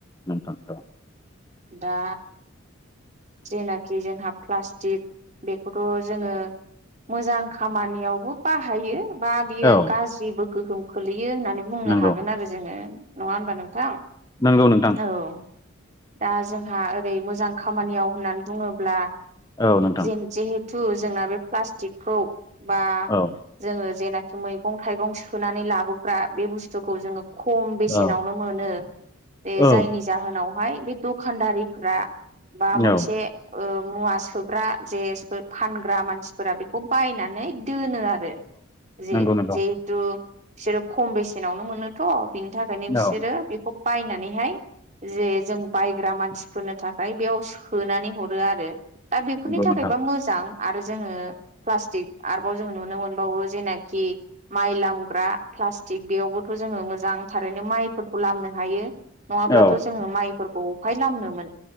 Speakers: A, on the left (about 20°); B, on the right (about 35°).
A: नोंथां र'।
B: दा जेनाखि जोंहा प्लास्टिक, बेखौथ' जोङो मोजां खामानियावबो बाहायो बा बियो
A: औ
B: गाज्रिबो गोहोम खोलैयो। बियो होननानै बुंनो
A: नंगौ
B: हागोन आरो जोङो नङा होनबा नोंथां,
A: नंगौ नोंथां
B: औ। दा जोंहा ओरै मोजां खामानियाव होननानै बुङोब्ला
A: औ नोंथां
B: जेन जिहेत थु जोंना बे प्लास्टिकखौ बा
A: औ
B: जोङो जेनाखि मैगं थाइगं सोनानै लाबोग्रा बे बुस्थुखौ जोङो खम बेसेनावनो
A: औ
B: मोनो, बे
A: औ
B: जायनि जाहोनावहाय बे दखानदारिफोरा बा मोनसे
A: औ नंगौ
B: ओ म ना सोग्रा जेज फानग्रा मानसिफोरा बिखौ बायनानै दो होनो आरो जे
A: नंगौ
B: जिहेथु बिसोरो खम बेसेनावनो मोनोथ' बिनि थाखायनो बिसोरो
A: औ
B: बेखौ बायनानैहाय जे जों बायग्रा मानसिफोरनो थाखाय बेयाव सो नानै हरो आरो दा बेफोरनि
A: नंगौ
B: थाखायबा
A: नोंथां
B: मोजां। आरो जोङो प्लास्टिक आरोबाव जों नुनो मोनबावो जेनाखि माइ लामग्रा प्लास्टिक बेयावबोथ' जोङो मोजां थारैनो माइफोरखौ लामनो हायो। नङाब्लाथ'
A: औ
B: जोङो माइफोरखौ अफाय लामनो मोन